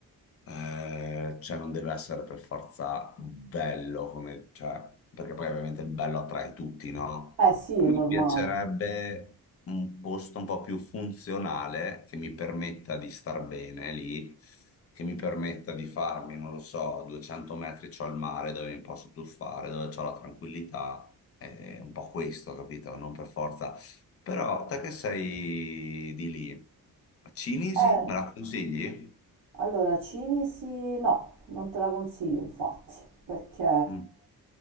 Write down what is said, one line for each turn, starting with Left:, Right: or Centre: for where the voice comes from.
Left: eh, cioè non deve essere per forza bello, come, cioè, perché poi ovviamente il bello attrae tutti, no?
Right: Eh sì,
Left: A
Right: è
Left: me
Right: normale.
Left: piacerebbe un posto un po' più funzionale che mi permetta di star bene lì, che mi permetta di farmi, non lo so, 200 metri c'ho il mare dove mi posso tuffare, dove c'ho la tranquillità, è un po' questo, capito? Non per forza. Però te che sei di lì, Cinisi,
Right: Eh.
Left: me la consigli?
Right: Allora, Cinisi no, non te la consiglio infatti, perché
Left: Mm.